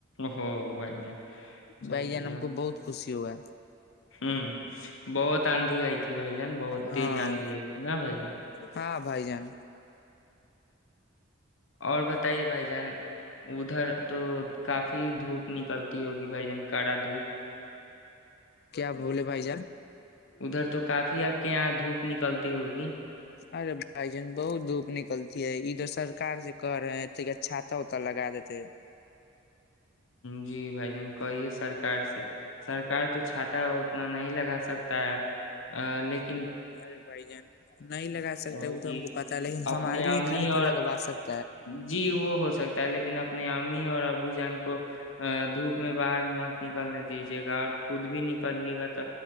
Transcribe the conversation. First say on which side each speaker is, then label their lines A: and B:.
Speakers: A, on the left; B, on the left.
A: ہو بھائی جان چلیے
B: بائی جانم کو بہت خوش ہو ہے
A: ہ بہت آانندھی آئی تھی بھائی جان بہت
B: ہاں
A: تیز آندھی آئی تھی نا بھائی جان
B: ہاں بھائی جان
A: اور بتائیے بھائی جان ادھر تو کافی دھوپ نکلتی ہوگی بھائی جان کڑا دھوپ
B: کیا بولے بھائی جان
A: ادھر تو کافی آپ کے یہاں دھوپ نکلتی ہوگی
B: ارے بھائی جان بہت دھوپ نکلتی ہے ا تو سرک سے کہ رہے ہیں چھاتا وت لگا دیتے
A: جی بھ جان کہیے سرک سے سرکار تو چھات اتنا نہیں لگا سکتا ہے آ لیک
B: ارے بھائی جان نہیں لگا سکتے
A: ہیں
B: وہ
A: کہ
B: تو ہم کو پتا ہے لیکن
A: اپنے
B: ہمارے لیے
A: امی
B: خالی
A: اور
B: تو لگوا سکتے
A: جی وہ ہو سکتا ہے لیکن اب اپنے امی اور ابو جان کو ا دھوپ میں باہر مت نکلنے دیجیے گا اور خود بھی نکلیے گا تو